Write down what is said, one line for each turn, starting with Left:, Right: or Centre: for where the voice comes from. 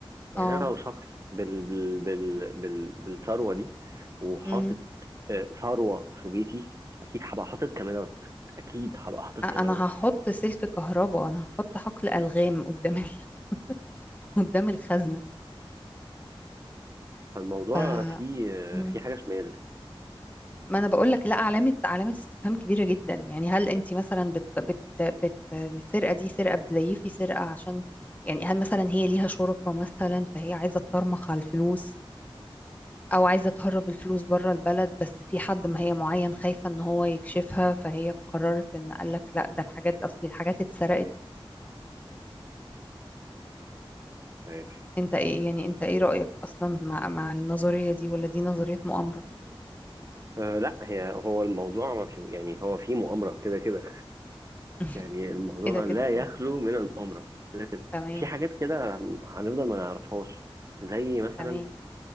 Right: يعني
Left: اه
Right: أنا لو شخص بال بال بال بال بالثروة دي وحاطط
Left: امم
Right: آه، ثروة في بيتي أكيد هبقى حاطط كاميرات أكيد هبقى حاطط
Left: أ-
Right: كاميرات
Left: انا هحط سلك كهرباء انا هحط حقل الغام قدام ال... <laughs> قدام الخزنه
Right: فالموضوع
Left: ف
Right: فيه آه،
Left: مم.
Right: فيه حاجة شمال
Left: ما انا بقول لك لا علامه علامه استفهام كبيره جدا يعني هل انت مثلا بت بت بت السرقه دي سرقه بتزيفي سرقه عشان يعني هل مثلا هي ليها شركاء مثلا فهي عايزه تطرمخ على الفلوس او عايزه تهرب الفلوس بره البلد بس في حد ما هي معين خايفه ان هو يكشفها فهي قررت ان قال لك لا ده الحاجات دي اصلي الحاجات اتسرقت
Right: عارف
Left: انت ايه يعني انت ايه رايك اصلا مع مع النظريه دي ولا دي نظريه مؤامره
Right: آه لا هي هو الموضوع ما فيه يعني هو فيه مؤامرة كده كده
Left: <laughs>
Right: يعني الموضوع
Left: كده كده
Right: لا يخلو من المؤامرة كده كده
Left: تمام
Right: في حاجات كده هنفضل ما نعرفهاش زي مثلا
Left: تمام